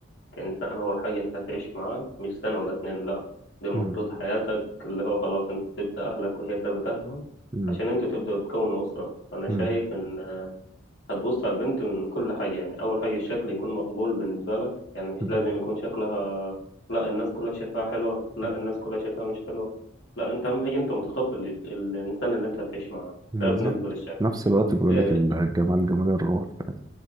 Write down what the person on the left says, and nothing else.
كإنسان أول حاجة انت هتعيش معاه مش سنة ولا اتنين لأ دي المفروض
حياتك اللي هو خلاص انت سبت أهلك وهي سابت أهلها
عشان انتوا تبدأوا تكونوا أسرة فأنا
شايف إن هتبص على البنت من كل حاجة يعني أول حاجة الشكل يكون مقبول بالنسبة لك يعني مش
لازم يكون شكلها لأ الناس كلها شايفاها حلوة لأ الناس كلها شايفاها مش حلوة لأ انت أهم حاجة انت متقبل ال- الإنسان اللي انت هتعيش معاه
ده بالنسبة للشكل
آه،